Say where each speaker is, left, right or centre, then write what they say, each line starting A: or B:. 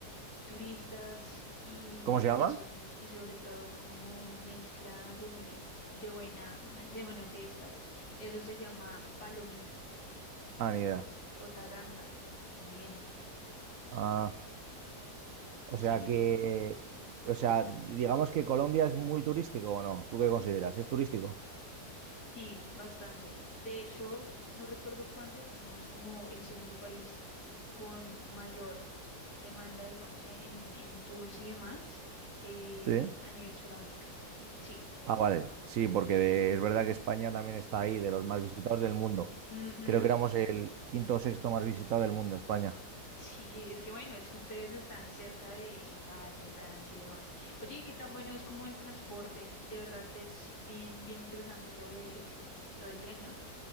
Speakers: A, on the left; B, on the right.
A: turistas y,
B: ¿Cómo se llama?
A: y, sobre, y sobre todo como mezcla de, de buena, <laughs> de buena fiesta. Eso se llama Palomino
B: Ah, ni idea.
A: o Taganga también,
B: Ah, o
A: sí
B: sea
A: es.
B: que, o sea, digamos que Colombia es muy turístico o no. ¿Tú qué consideras? ¿Es turístico?
A: Sí, bastante. De hecho, no recuerdo cuándo fuimos como el segundo país con mayor demanda, digamos, en, en, en tours y demás eh,
B: Sí.
A: a nivel Sudamérica. Sí.
B: Ah, vale. Sí, porque de- es verdad que España también está ahí, de los más visitados del mundo.
A: Ujú,
B: Creo que éramos el quinto o sexto más visitado del mundo, España.
A: Sí, es que bueno, es que ustedes están cerca de Italia, Francia y demás. Oye, ¿y qué tan bueno es como el transporte? De verdad es bien, bien interesante lo de lo del tren, ¿no?